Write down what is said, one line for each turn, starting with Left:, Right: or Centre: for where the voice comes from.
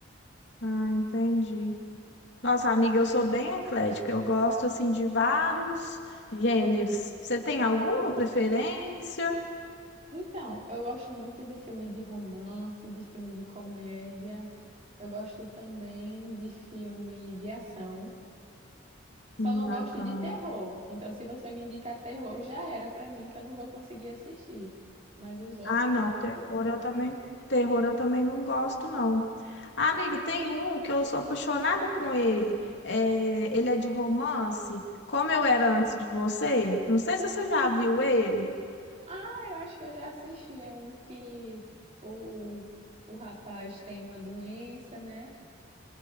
Left: Ah, entendi. Nossa, amiga, eu sou bem eclética. Eu gosto, assim, de vários gêneros. Você tem alguma preferência?
Right: Então, eu gosto muito de filme de romance, de filme de comédia. Eu gosto também de filme de ação. Só
Left: Hum,
Right: não
Left: bacana.
Right: gosto de terror. Então, se você me indicar terror, já era pra mim que eu não vou conseguir assistir. Mas os outros
Left: Ah, não.
Right: eu
Left: Terror eu também... Terror eu também não gosto, não. Ah, amiga, tem um que eu sou apaixonada com ele. É... Ele é de romance. Como eu era antes de você. Não sei se você já viu ele.
Right: Ah, eu acho que eu já assisti. É um que o, o rapaz tem uma doença, né?